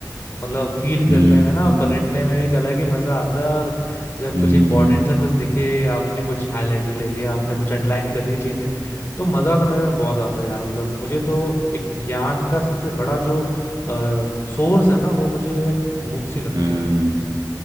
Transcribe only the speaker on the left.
मतलब फील करने
में ना पलटने में एक अलग ही मजा आता है और जब
कुछ इंपॉर्टेंट सा कुछ दिखे आपने कुछ हाईलाइटर ले लिया आपने कुछ अंडरलाइन कर ली चीजें तो मजा तो मेरा बहुत आता है यार मतलब मुझे तो एक ज्ञान का सबसे बड़ा जो सोर्स है ना वो मुझे बुक्स ही लगती
है यार।